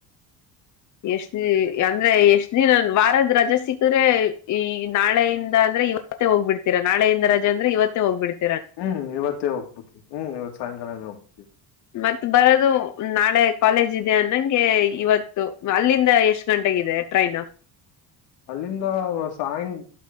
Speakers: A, on the left; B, on the left.
A: ಎಷ್ಟ ಅಂದ್ರೆ ಎಷ್ಟ ದಿನ ವಾರದ್ ರಜೆ ಸಿಕ್ಕ್ರೆ ಈ ನಾಳೆಯಿಂದ ಇವತ್ತ ಹ್ಬಿಡ್ತೀಾ ನಾಳೆಯಿಂದ ರಜ ಅಂದ್ರೆವತ್ತ ಹೋಗ್ಬಡ್ತೀ
B: ಹ್ಮ್ ಇವತ್ತೇ ಹೋಗ್ಬಿತಿವಿ ಹ್ಮ್ ಇವತ್ ಸಾಯಂಕಾಲನೇ ಹೋಗ್ಬಿವಿ
A: ಮತ್ ಬರೋದು ನಾಳೆ ಕಾಲೇಜ್ ಇದೆ ಅನ್ನಂಗೆ ಇವತ್ತು ಅಲ್ಲಿಂದ ಎಷ್ಟು ಗಂಟೆಗಿದೆ ಟ್ರೈನ್
B: ಅಲ್ಲಿಂದ ಸಾಯಂ